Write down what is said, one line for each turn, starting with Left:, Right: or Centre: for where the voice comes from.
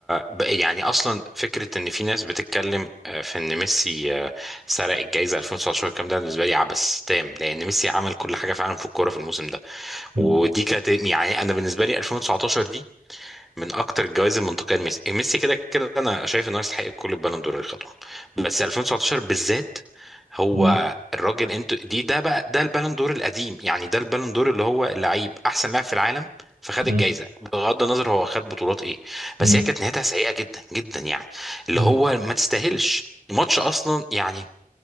Centre: ب- يعني أصلا فكرة إن في ناس بتتكلم آه، في إن ميسي آه، سرق الجايزة 2019 الكلام ده بالنسبة لي عبث تام لأن ميسي عمل كل حاجة فعلا في الكورة في الموسم ده
Right: مم.
Centre: ودي كانت يعني أنا بالنسبة لي 2019 دي من اكتر الجوائز المنطقيه لميسي إيه، ميسي كده كده انا شايف انه يستحق كل البالون دور اللي خدهم بس 2019 بالذات هو
Right: مم.
Centre: الراجل انت دي ده بقى ده البالون دور القديم يعني ده البالون دور اللي هو اللعيب احسن لاعب في العالم فخد
Right: مم.
Centre: الجايزه بغض النظر هو خد بطولات ايه
Right: مم.
Centre: بس هي كانت نهايتها سيئه جدا جدا يعني اللي
Right: مم.
Centre: هو ما تستاهلش الماتش اصلا يعني